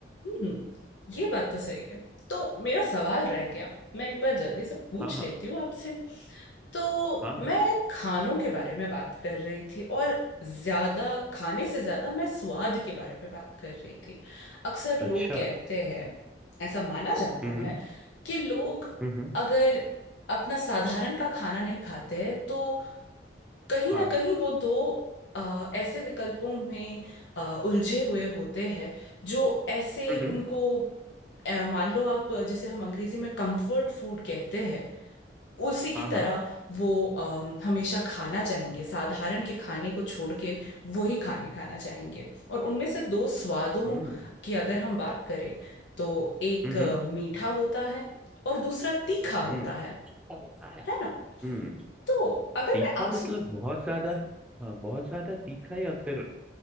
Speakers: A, on the left; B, in the centre.
A: हम्म, ये बात तो सही है तो मेरा सवाल रह गया
B: हम्म,
A: मैं एक बार जल्दी से पूछ
B: हाँ हाँ
A: लेती हूँ आपसे तो
B: हाँ
A: मैं
B: हाँ
A: खानों के बारे में बात कर रही थी और ज्यादा खाने से ज्यादा मैं स्वाद के बारे में बात कर रही थी अक्सर लोग
B: अच्छा
A: कहते हैं ऐसा माना जाता
B: हम्म
A: है कि लोग
B: हम्म हम्म,
A: अगर अपना साधारण का खाना नहीं खाते हैं तो कहीं
B: हाँ
A: ना कहीं वो दो अ, ऐसे विकल्पों में अ, उलझे हुए होते हैं जो ऐसे
B: हम्म
A: उनको अ, मान लो आप जिसे हम अंग्रेजी में कंफर्ट फूड कहते हैं उसी
B: हाँ
A: की तरह
B: हाँ
A: वो अम, हमेशा खाना चाहेंगे साधारण के खाने को छोड़ के वही खाने खाना चाहेंगे और उनमें से दो स्वादों
B: हम्म
A: की अगर हम बात करें तो एक
B: हम्म
A: अ, मीठा होता है और दूसरा तीखा
B: हम्म
A: होता है
B: सब होता है हम्म
A: है ना तो अगर
B: तीखा
A: मैं आपसे
B: मतलब बहुत ज्यादा हाँ बहुत ज्यादा तीखा या फिर